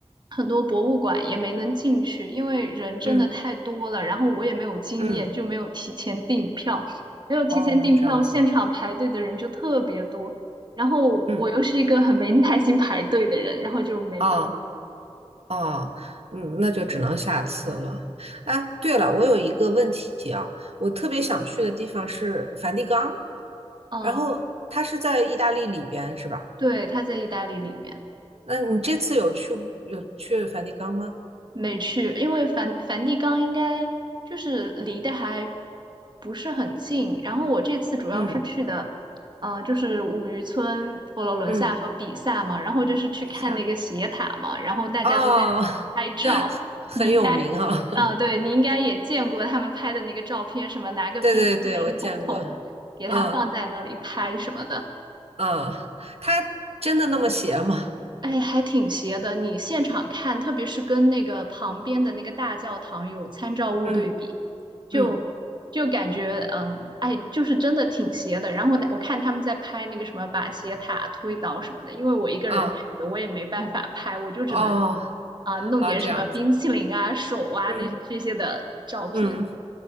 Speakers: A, on the right; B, on the right.
A: 很多博物馆也没能进去，因为人真的太多了，
B: 嗯
A: 然后我也没有经验，
B: 嗯，
A: 就没有提前订票，没有提前订票，
B: 哦，这样子，
A: 现场排队的人就特别多，然后我又是一个很没耐心排队的人，
B: 嗯，
A: 然后就没办
B: 啊啊嗯，那就只能下次了。哎，对了，我有一个问题啊，我特别想去的地方是梵蒂冈，
A: 法。
B: 然后它是在意大利里边，
A: 嗯，
B: 是吧？
A: 对，他在意大利里面。
B: 那你这次有去有去梵蒂冈吗？
A: 没去，因为梵梵蒂冈应该就是离得还不是很近。然后我这次主要是去的，
B: 嗯
A: 呃，就是五渔村、佛罗伦萨和比萨嘛，
B: 嗯，
A: 然后就是去看那个斜塔嘛，
B: 比萨
A: 然后大家都在
B: 哦，
A: 拍照。
B: <laughs> 很有名啊、
A: 你应该，啊、
B: 哦
A: 对，你应该也见过他们拍的那个照片，什么拿个冰淇淋桶桶给它放在那里拍什么的。
B: <laughs> 对对对，我见过。嗯嗯，他真的那么邪吗？
A: 哎，还挺邪的。你现场看，特别是跟那个旁边的那个大教堂有参照物对比，
B: 嗯
A: 就就感觉，
B: 嗯
A: 嗯、哎，就是真的挺邪的。然后我看他们在拍那个什么把斜塔推倒什么的，因为我一个人去的，
B: 啊
A: 我也没办法拍，我就只能
B: 哦
A: 啊、弄点什么冰淇淋啊、
B: 啊，这样子。
A: 手啊这这些的照片。
B: 嗯嗯